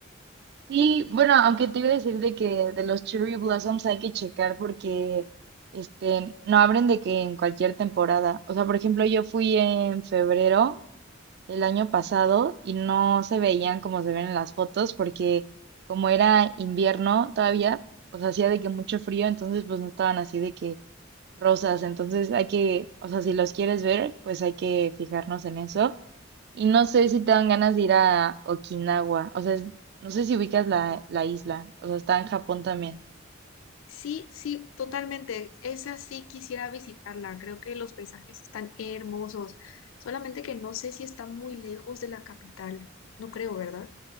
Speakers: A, on the right; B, on the left.
A: Sí, bueno, aunque te iba a decir de que de los Cherry Blossoms hay que checar porque este no abren de que en cualquier temporada. O sea, por ejemplo, yo fui en febrero del año pasado y no se veían como se ven en las fotos porque como era invierno todavía, pues hacía de que mucho frío, entonces pues no estaban así de que rosas. Entonces hay que, o sea, si los quieres ver, pues hay que fijarnos en eso. Y no sé si te dan ganas de ir a Okinawa. O sea, es- no sé si ubicas la, la isla. O sea, está en Japón también.
B: Sí, sí, totalmente. Esa sí quisiera visitarla. Creo que los paisajes están hermosos. Solamente que no sé si está muy lejos de la capital. No creo, ¿verdad?